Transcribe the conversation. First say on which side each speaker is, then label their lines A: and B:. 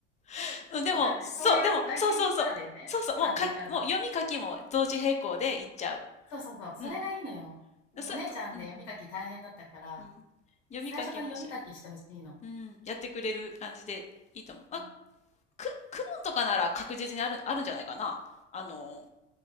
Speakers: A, on the left; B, on the left.
A: <laughs> うん、でも、
B: わかんない。
A: そう、
B: そういうライティングからだよね。
A: でも、そうそうそう。そうそう、もう書き、
B: 単年からだと。
A: もう読み書きも同時並行でいっちゃう。
B: そうそうそう。それがいいのよ。
A: うん。
B: もうお姉ちゃんで読み書き大変だったから、
A: それと、うん、うん。読み書きも一緒に。
B: 最初から読み書きしてほしいの。
A: うん、やってくれる感じでいいと思う。まあ、
B: うん。
A: く、クモンとかなら確実にある、あるんじゃないかな。あの、